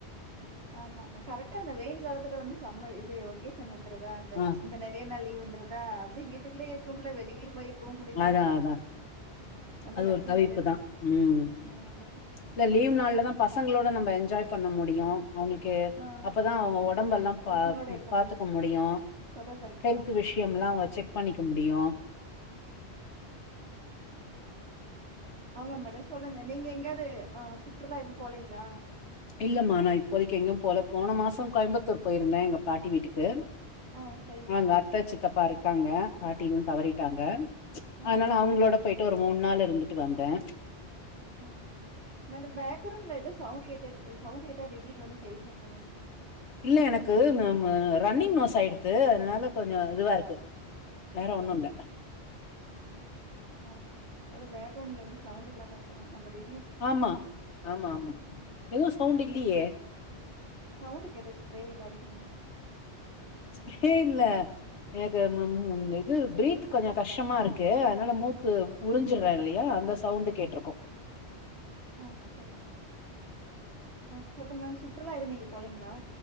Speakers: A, on the right; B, on the left.
A: ஆமா கரெக்டா அந்த வெயில் காலத்துல வந்து சம்மர் இது ஒகேஷன் வந்து தா அந்த
B: ஆ
A: இந்த நெறைய நாள் லீ வந்துருதா அப்படி வீட்டுக்குள்ளே இருக்கமுடில வெளிலிய போயிரு போ முடியல
B: அதா அதா
A: ரொம்ப
B: அது
A: கஷ்டமா
B: ஒரு தவிர்ப்புதான்
A: தான் இருக்குது.
B: உம்
A: ஆமா.
B: இந்த லீவ் நாள்லதான் பசங்களோட நம்ம என்ஜாய் பண்ண முடியும் அவங்களுக்கை
A: ஆ.
B: அப்பதான் அவங்க உடம்ப எல்லாம் பா
A: பசங்களோட இருக்க
B: பாத்துக்க முடியும்
A: சொல்றது கரெக்ட்
B: ஹெல்த்
A: தான்.
B: விஷயம்ல்லாம் அவ செக் பண்ணிக்க முடியும்
A: ஆமா மேடம் சொல்லுங்க நீங்க எங்காவது அஹ் சுற்றுலா இது போலீங்களா
B: இல்லம்மா நா இப்போதைக்கு எங்கு போல போன மாசோ கோயம்புத்தூர் போயிருந்தேன் எங்க பாட்டி வீட்டுக்கு
A: ஆ சரிங்க
B: ஆங்க
A: மேம்.
B: அத்தச்சித்தப்பா இருக்காங்க பாட்டிலா தவறிட்டாங்க
A: ஆ,
B: அதனால அவங்களோட போயிட்டு ஒரு மூணு நாள் இருந்துட்டு வந்தேன்
A: ஆஹ் ந பேக்ரெவுண்ட்ல ஏதோ சவுண்ட் கேட்டே இருக்குது சவுண்ட் ஏட்டா ரிவியூல வந்து ஃபெயில் வந்துரும்
B: இல்ல எனக்கு ரன்னிங் நோஸ் ஆயிடுத்து அதனால கொஞ்சம் இதுவா இருக்கு வேற ஒண்ணு இல்ல
A: ஓகே பேக்ரெவுண்ட்ல வந்து சவுண்ட் இல்லாம இருக்கணும் நம்ம ரிவியூ
B: ஆமா ஆமா ஆமா எதுவு சவுண்ட்டு இல்லியே
A: சவுண்டு கேட்டது ஸ்ப்ரே எது அடிக்கிறமாரி
B: ஸ்ப்ரே இல்ல எனக்கு <unintelligible> இது ப்ரீத் கொஞ்சோ கஷ்டமா இருக்கு அதுனால மூக்கு உறுஞ்சுறே இல்லயா அந்த சவுண்டு கேட்ருக்கு
A: ஆ சரி ஆ சொல்லுங்க மேம் சுற்றுலா எது நீங்க போலைங்களா